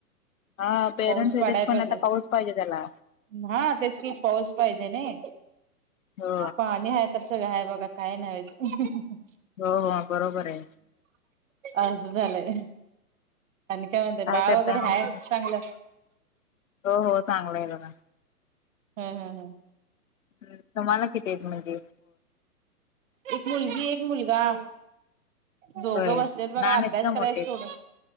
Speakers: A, on the left; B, on the right.
A: हा पेरेंट्स
B: पाऊस
A: येतेत
B: पाडाय पाहिजे
A: पण आता पाऊस पाहिजे त्याला
B: हा तेच कि पाऊस पाहिजे नाही
A: हो
B: पाणी ह कस काय बघा काय नाही व्हायच
A: हो हो बरोबर आहे
B: असं झालंय आणि काय म्हणतय बाळ
A: करताय
B: वगैरे
A: मग
B: ह
A: तुम्ही
B: चांगलं
A: हो हो चांगलं आहे बला
B: हम् हम हम
A: ह् तुम्हाला किती येत म्हणजेर
B: एक मुलगी एक मुलगा दोघं
A: होय
B: बसलेत बघा
A: लहान
B: अभ्यास
A: आहेत का मोठे
B: करायचोघं
A: आहेत?